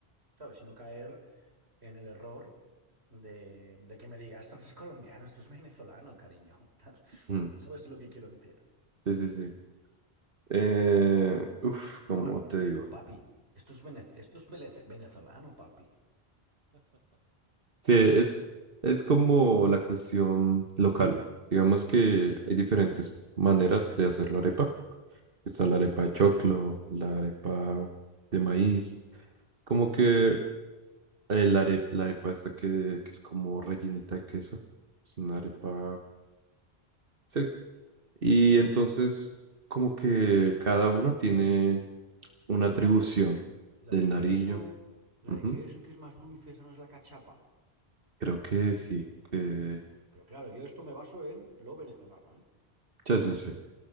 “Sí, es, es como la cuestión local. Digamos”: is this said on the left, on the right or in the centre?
Right